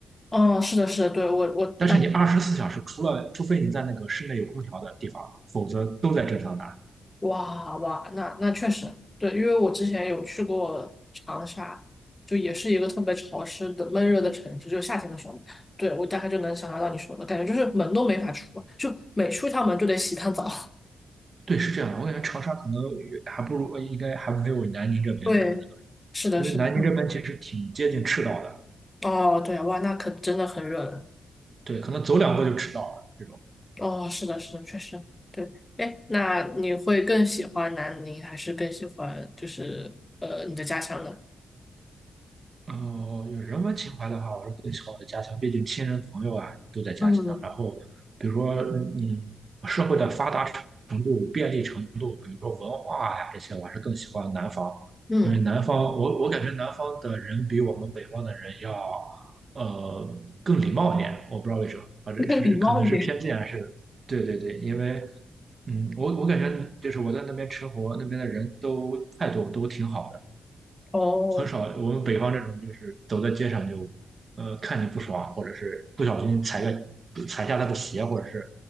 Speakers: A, on the left (about 20°); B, on the right (about 45°).
A: 哦，是的，是的，对，我我大概
B: 但是你二十四小时，除了除非你在那个室内有空调的地方，否则都在正上拿。
A: 哇哇，那那确实对，因为我之前有去过长沙，就也是一个特别潮湿的闷热的城市，就夏天的时候嘛对，我大概就能想象到你说的感觉，就是门都没法出啊，就每出一趟门就得洗一趟澡。
B: 对，是这样的。我感觉长沙可能还不如，呃应该还没有南宁这边更那个，
A: <laughs> 对，是的，
B: 因为南宁这边其实挺接近赤道的，
A: 是的，嗯，哦，对啊，哇，那可真的很热了。
B: 对，可能走两步就赤道了这种。
A: 哦，是的，是的，确实，对，哎，那你会更喜欢南宁，还是更喜欢就是呃你的家乡呢？
B: 呃，有人文情怀的话，我是更喜欢我的家乡，毕竟亲人朋友啊都在家乡。
A: 嗯
B: 然后，比如说，嗯，社会的发达程度、便利程度，比如说文化呀、这些，我还是更喜欢南方，
A: 嗯，
B: 因为南方，我我感觉南方的人比我们北方的人要，呃，更礼貌一点。我不知道为什么，啊，这是可能是偏见还是？
A: <laughs> 更礼貌一点。
B: 对对对，因为，嗯，我我感觉就是我在那边吃活，那边的人都态度都挺好的。
A: 哦，
B: 很少，我们北方这种就是走在街上就，呃，看你不爽，或者是不小心踩个踩下他的鞋，或者是，